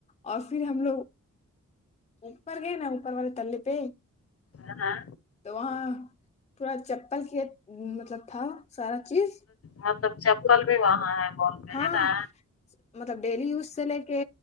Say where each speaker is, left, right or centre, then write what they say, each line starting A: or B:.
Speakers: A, on the left; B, on the left.
A: اور فیر ہم لوگ اوپر گے نا اوپر والے تلے پے
B: ہے نا
A: تو وہاں پورا چپل کی مطلب تھا سارا چیز
B: ہاں تو اب چپل بھی وہاں ہے مال میں
A: ہاں
B: ہے نا
A: مطلب ڈیلی یوز سے لے کے